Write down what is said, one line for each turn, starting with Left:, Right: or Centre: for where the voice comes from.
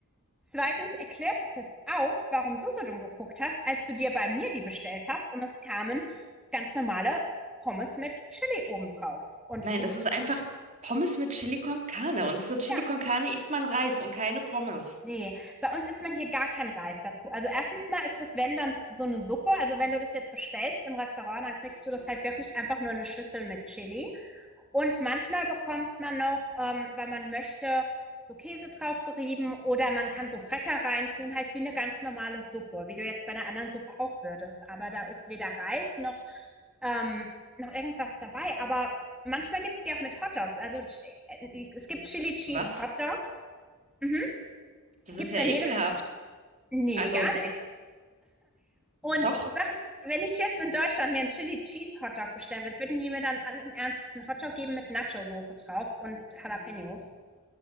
Centre: Zweitens erklärt es jetzt auch, warum du so dumm geguckt hast, als du dir bei mir die bestellt hast und es kamen ganz normale Pommes mit Chili obendrauf. Und
Right: nein,
Centre: du,
Right: das ist einfach Pommes mit Chili con Carne und zur Chili
Centre: ja.
Right: con Carne isst man Reis und keine Pommes.
Centre: Ne, bei uns isst man hier gar keinen Reis dazu. Also erstens mal ist das, wenn dann so eine Suppe also wenn du das jetzt bestellst im Restaurant, dann kriegst du das halt wirklich einfach nur eine Schüssel mit Chili. Und manchmal bekommst man noch, ähm, wenn man möchte, so Käse drauf gerieben oder man kann so Cracker reintun, halt wie eine ganz normale Suppe, wie du jetzt bei einer anderen Suppe auch würdest. Aber da ist weder Reis noch, ähm, noch irgendwas dabei. Aber manchmal gibt's die auch mit Hotdogs. Also, Ch äh, es gibt Chili Cheese
Right: Was?
Centre: Hotdogs. Mhm.
Right: Das
Centre: Gibt's
Right: ist ja
Centre: an
Right: ekelhaft.
Centre: jedem Fast Nee,
Right: Also
Centre: gar nicht. Und
Right: doch.
Centre: sag, wenn ich jetzt in Deutschland mir einen Chili Cheese Hotdog bestellen würde, würden die mir dann allen Ernstes einen Hotdog geben mit Nacho-Soße drauf und Jalapenos?